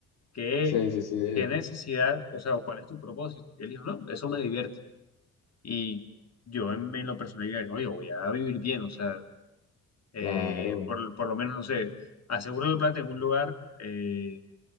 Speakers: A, on the left; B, on the left.
A: ¿qué,
B: Sí, sí, sí,
A: qué necesidad, o sea, o cuál es tu propósito? Y él dijo, no, eso me divierte. Y yo en, en lo personal, dije, no yo, voy a vivir bien, o sea, eh,
B: claro,
A: por, por lo menos, no sé, aseguro la plata en un lugar. eh,